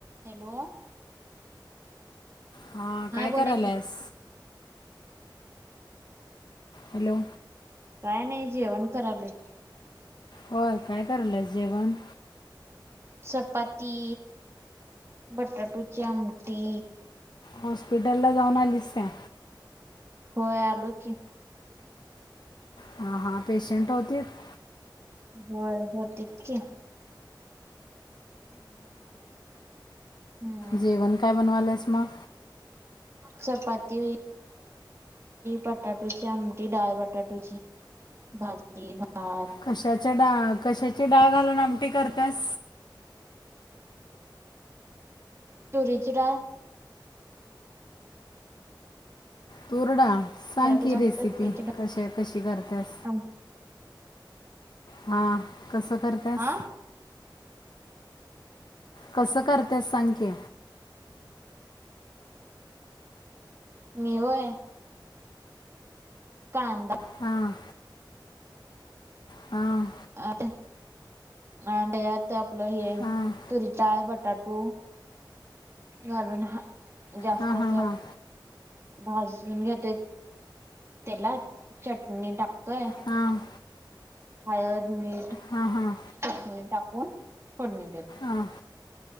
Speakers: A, on the right (about 35°); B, on the left (about 65°).
A: Hello,
B: हा काय
A: बोला
B: काराल्यास?
A: की
B: हॅलो,
A: काय नाही, जेवण करायलो ये.
B: होय, काय करायल्यास जेवण?
A: चपाती, बटाटूची आमटी
B: हॉस्पिटल ला जाऊन आलीस काय?
A: होय आलो की.
B: हां हां पेशंट होतीत?
A: होय होतीत की. हम्म
B: जेवण काय बनवाल्यास मग?
A: चपाती बटाटोची आमटी डाळ बटाटोची, भाजी भात
B: कशाच्या डा कशाची डाळ घालून आमटी करत्यास?
A: तुरीची डाळ.
B: तुरडाळ सांग
A: बटाटूची
B: की
A: आमटी
B: रेसिपी
A: तुरीची
B: कशी कशी करतेस?
A: डाळ
B: मग कसं करत्यास?
A: आ
B: कसं करतेस सांग की
A: मी होय? कांदा
B: हां. हां.
A: अ आणि त्यात आपलं हे
B: हां
A: तुरीची डाळ, बटाटू घालून ह जास्त
B: हां हां
A: अस
B: हां
A: भाजून घेते. तेलात चटणी टाकतोय,
B: हां
A: हळद, मीठ
B: हां हां.
A: चटणी टाकून फोडणी देतेय.
B: हां.